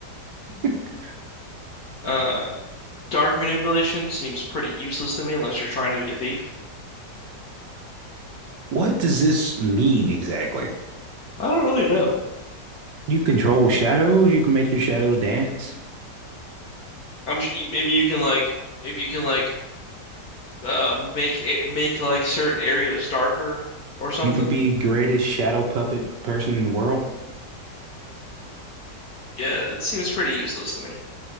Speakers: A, on the right; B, on the left.
A: <laughs>
B: Uh, dark manipulation seems pretty useless to me unless you're trying to be a thief.
A: What does this mean exactly?
B: I don't really know.
A: You control shadows. You can make your shadows dance.
B: I'm sure maybe you can like maybe you can like uh, make it, make like certain areas darker or something.
A: You can be the greatest shadow puppet person in the world.
B: Yeah, it seems pretty useless to me.